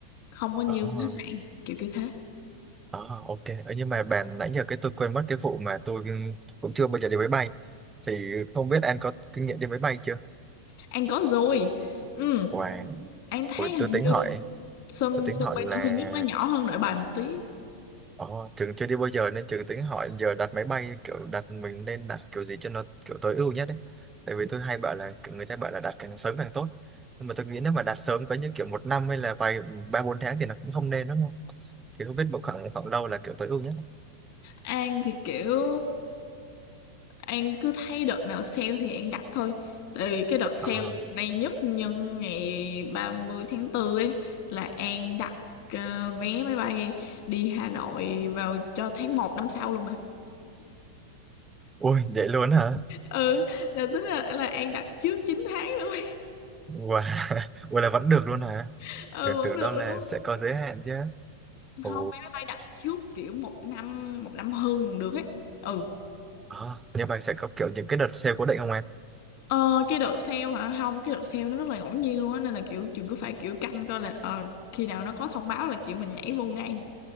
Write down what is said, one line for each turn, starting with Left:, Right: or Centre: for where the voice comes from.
Left: Không có như
Right: ờ,
Left: khách sạn, kiểu kiểu thế.
Right: ờ, ok. Ờ, Nhưng mà bạn nãy giờ cái tôi quên mất cái vụ mà tôi cũng chưa bao giờ đi máy bay. Thì không biết An có kinh nghiệm đi máy bay chưa?
Left: An có rồi. Ừ,
Right: Wow,
Left: An thấy
Right: Ôi,
Left: hình
Right: tôi tính
Left: như
Right: hỏi,
Left: sân
Right: tôi tính
Left: sân
Right: hỏi
Left: bay
Right: là
Left: Tân Sơn Nhất nó nhỏ hơn Nội Bài một tí
Right: Ồ, Trường chưa đi bao giờ nên Trường tính hỏi giờ đặt máy bay kiểu đặt mình nên đặt kiểu gì cho nó kiểu tối ưu nhất ấy. Tại vì tôi hay bảo là kiểu người ta bảo là đặt càng sớm càng tốt. Nhưng mà tôi nghĩ nếu mà đặt sớm có những kiểu một năm hay là vài ba bốn tháng thì nó cũng không nên đúng không? Thì không biết một khoảng khoảng đâu là kiểu tối ưu nhất ấy.
Left: An thì kiểu An cứ thấy đợt nào sale thì An đặt thôi tại vì cái đợt sale
Right: Ờ.
Left: gần đây nhất nhân ngày ba mươi tháng 4 ấy là An đặt ờ, vé máy bay đi Hà Nội vào cho tháng một năm sau luôn mà
Right: Ui vậy luôn hả?
Left: ừ là tính là là An đặt trước 9 tháng luôn
Right: Wow. <laughs> Ui là vẫn được luôn hả?
Left: <laughs> ừ
Right: Trường
Left: vẫn
Right: tưởng
Left: được
Right: đâu là
Left: đúng không
Right: sẽ có giới hạn chứ. Ồ.
Left: không vé máy bay đặt trước kiểu một năm một năm hơn còn được ấy ừ
Right: Ờ, Nhưng mà sẽ có kiểu những cái đợt sale cố định không em?
Left: Ờ, cái đợt sale hả? Không, cái đợt sale nó rất là ngẫu nhiên luôn á nên là kiểu trường cứ phải kiểu canh coi là ờ, khi nào nó có thông báo là kiểu mình nhảy vô ngay.